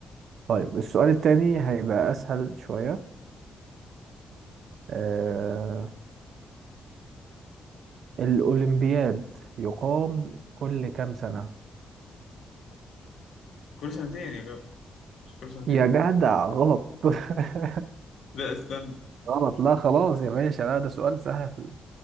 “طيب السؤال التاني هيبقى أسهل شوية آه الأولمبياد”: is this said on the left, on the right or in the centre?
Right